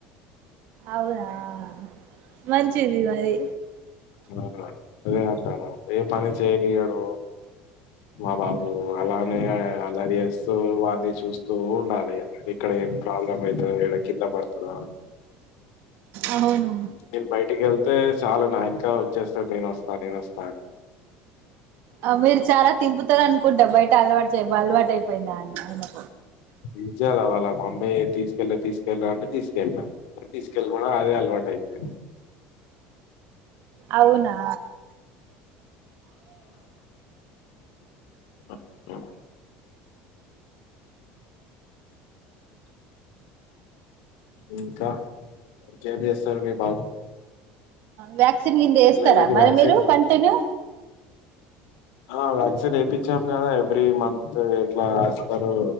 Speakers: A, on the right; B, on the left.
A: అవునా ఆ మంచిది మరి
B: ఆ అదే అంటార ఏ పని చేయనియాడు మా బాబు అలానే అలరి చేస్తూ వాడ్ని చూస్తూ ఉండాలి ఇగ. ఇక్కడ ఏం ప్రాబ్లం అయితదో ఏడ కింద పడుతడో అని.
A: అవును.
B: నేన్ బయటికెళ్ తే చాలు నా ఎన్కా వచ్చేస్తాడ్ నేను వస్తా నేను వస్తా అనీ.
A: ఆ మీరు చాలా తింపుతారు అనుకుంటా. బయట అలవాట్ చే అలవాటు అయిపోయింది ఆయనకు.
B: ఇచ్చాయల వాల మమ్మీ తీసుకెళ్ళు తీసుకెళ్ళు అంటే తీసుకెళ్ళినా. తీసుకెళ్ళి పోవడం అదే అలవాటు అయిపోయింది.
A: అవునా
B: అవును. ఇంకా. ఏం చేస్తాడు మీ బాబు.
A: వాక్స్ <unintelligible> ఏస్తారా
B: పిల్లలకి
A: మరి
B: వ్యాక్సిన్
A: మీరు కంటిన్యూ.
B: ఆ వ్యాక్సిన్ ఏయిపి చ్చాం కదా ఎవ్రీ మంత్ ఎట్లా ఇస్తారూ